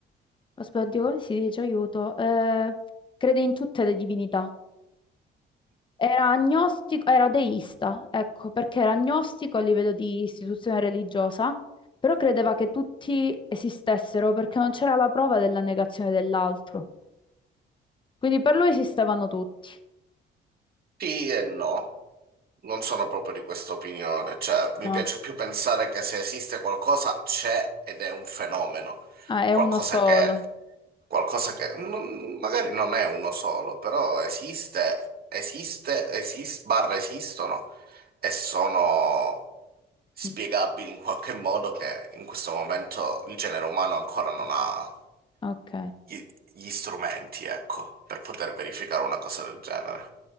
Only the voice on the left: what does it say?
aspetta, oddio, come si dice, aiuto, Eh, crede in tutte le divinità. Era agnostico, era deista, ecco, perché era agnostico a livello di istituzione religiosa, però credeva che tutti esistessero perché non c'era la prova della negazione dell'altro. Quindi per lui esistevano tutti.
No.
Ah, è
uno solo.
Mm,
Ok,